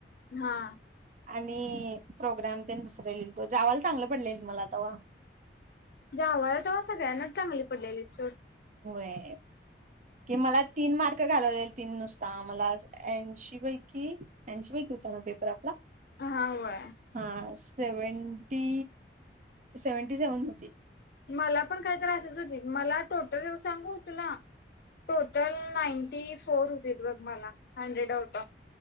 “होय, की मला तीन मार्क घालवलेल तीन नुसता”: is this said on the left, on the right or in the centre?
Right